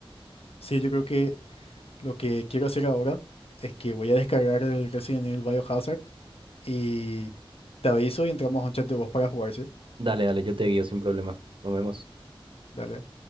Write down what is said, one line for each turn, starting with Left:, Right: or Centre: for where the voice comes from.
Left: Sí, yo creo que lo que quiero hacer ahora es que voy a descargar el Resident Evil Biohazard y te aviso y entramos a un chat de voz para jugar, ¿sí?
Right: Dale, dale, yo te guío sin problema. Nos vemos.
Left: Dale.